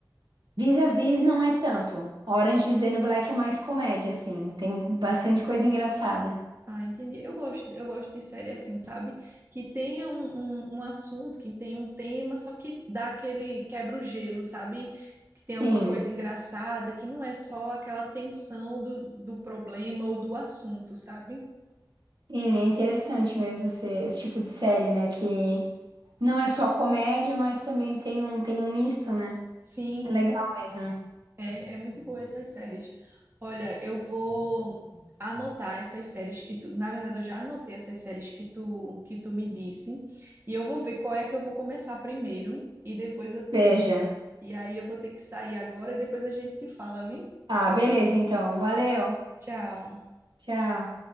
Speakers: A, on the right; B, on the right.
A: Vis-a-vis não é tanto. Orange is the New Black é mais comédia, assim. Tem bastante coisa engraçada.
B: Ah, entendi. Eu gosto eu gosto de série assim, sabe? Que tenha um, um, um assunto, que tenha um tema, só que dá aquele quebra o gelo, sabe? Que tem alguma
A: Sim,
B: coisa engraçada, que não é só aquela tensão do, do problema ou do assunto, sabe?
A: sim, é interessante mesmo esse, esse tipo de série, né? Que não é só comédia, mas também tem um, tem um misto, né?
B: Sim,
A: É
B: sim.
A: legal mesmo.
B: É, é muito boa essas séries. Olha, eu vou anotar essas séries que tu, na verdade eu já anotei essas séries que tu que tu me disse, e eu vou ver qual é que eu vou começar primeiro e depois eu te
A: Veja.
B: e aí eu vou ter que sair agora e depois a gente se fala, viu?
A: Ah, beleza, então. Valeu.
B: Tchau.
A: Tchau.